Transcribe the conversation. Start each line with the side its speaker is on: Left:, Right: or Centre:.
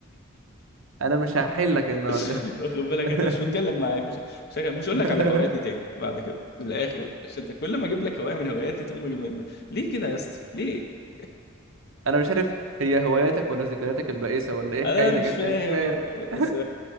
Right: انا مش هحلك النهارده
Left: <laughs> واخد بالك
Right: <laughs>
Left: انت مش بتكلم معاك مش مش مش هقول
Right: <laughs>
Left: لك على هواياتي تاني بعد كده في الاخر عشان أنت كل ما اجيب لك هوايه من هواياتي تقوم مجيب... ليه كده يا اسطى ليه
Right: انا مش عارف هي هواياتك ولا ذكرياتك البائسه ولا ايه
Left: <laughs> انا
Right: حكايتك
Left: مش
Right: انت
Left: فاهم
Right: مش فاهم
Left: والله
Right: <laughs>
Left: بس